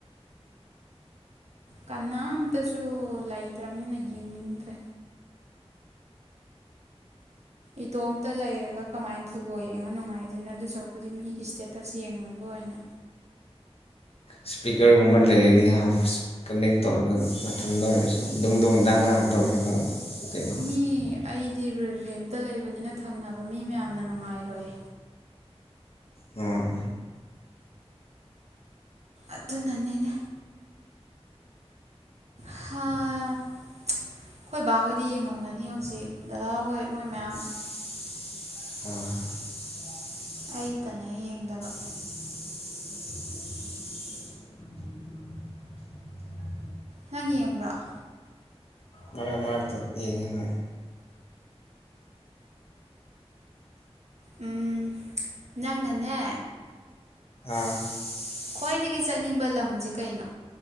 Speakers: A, on the right; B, on the left.
A: ꯀꯅꯥꯝꯇꯁꯨ ꯂꯩꯇ꯭ꯔꯝꯅꯤꯅ ꯌꯦꯡꯅꯤꯡꯗ꯭ꯔꯦ ꯏꯇꯣꯝꯇ ꯂꯩꯔꯒ ꯀꯃꯥꯏꯟ ꯐꯨꯠꯕꯣꯜ ꯌꯦꯡꯉ ꯅꯨꯡꯉꯥꯏꯗꯣꯏꯅꯣ ꯑꯗꯨ ꯁꯔꯨꯛꯄꯨꯗꯤ ꯃꯤꯒꯤ ꯏꯁꯇꯦꯇꯁ ꯌꯦꯡꯉꯒ ꯑꯣꯏꯅ
B: ꯏꯁ꯭ꯄꯤꯀ꯭ꯔꯒꯨꯝꯕ ꯂꯩꯔꯗꯤ ꯍꯥꯝ ꯀꯅꯦꯛ ꯇꯧꯔꯒ ꯅꯊꯟꯗ ꯑꯣꯏꯔꯁꯨ ꯗꯨꯡ ꯗꯨꯡ ꯗꯥꯡ ꯗꯥꯡ ꯇꯧꯔꯒ ꯂꯥꯛꯑꯣ <unintelligible> ꯀꯩꯅꯣ
A: ꯃꯤ ꯑꯩꯗꯤ ꯔ ꯔꯦꯟꯇ ꯂꯩꯕꯅꯤꯅ ꯊꯪꯅꯕ ꯃꯤ ꯃꯌꯥꯝꯅ ꯅꯨꯡꯉꯥꯏꯔꯣꯏ
B: ꯑꯣ
A: ꯑꯗꯨꯅꯅꯤꯅꯦ ꯍꯥꯥ ꯑꯈ‌ꯣꯏ ꯕꯥꯍꯣꯏꯗꯤ ꯌꯦꯡꯉꯝꯒꯅꯤ ꯍꯧꯖꯤꯛ ꯗꯗꯥꯍꯣꯏ ꯃꯣꯏ ꯃꯌꯥꯝ
B: <unintelligible> ꯑꯥ <unintelligible>
A: ꯑꯩꯇꯅ‌ꯦ ꯌꯦꯡꯗꯕ
B: <unintelligible>
A: ꯅꯪ ꯌꯦꯡꯕ꯭ꯔ‌ꯣ
B: ꯃꯔꯛ ꯃꯔꯛꯇ ꯌꯦꯡꯉ‌ꯦ ꯍ‌ꯣꯏ
A: ꯎꯝ ꯅꯪꯅꯅꯦ
B: ꯑꯥ <unintelligible>
A: ꯈ꯭ꯋꯥꯏꯗꯒꯤ ꯆꯠꯅꯤꯡꯕ ꯂꯝꯖꯦ ꯀꯩꯅꯣ